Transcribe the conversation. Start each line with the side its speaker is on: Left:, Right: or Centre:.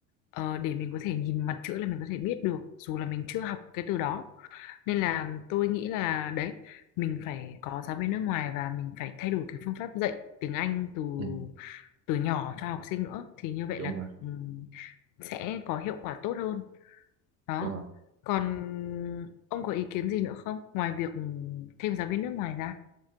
Left: ờ, để mình có thể nhìn mặt chữ là mình có thể biết được dù là mình chưa học cái từ đó. Nên là tôi nghĩ là đấy, mình phải có giáo viên nước ngoài và mình phải thay đổi cái phương pháp dạy tiếng Anh từ
Right: Ừ.
Left: từ nhỏ cho học sinh nữa thì như vậy
Right: đúng
Left: là
Right: rồi
Left: ừm, sẽ có hiệu quả tốt hơn đó
Right: đúng rồi
Left: còn ông có ý kiến gì nữa không ngoài việc thêm giáo viên nước ngoài ra